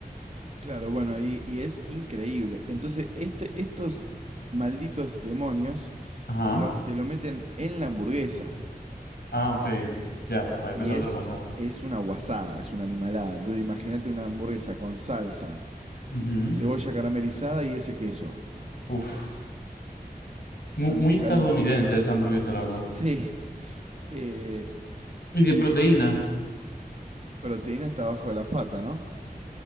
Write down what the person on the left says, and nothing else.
Ajá.
Ah, ok. Ya, había
pensado
otra cosa.
Ujú.
Uf. Mu-
Muy, estadounidense
esa hamburguesa, la verdad.
Y de
proteína.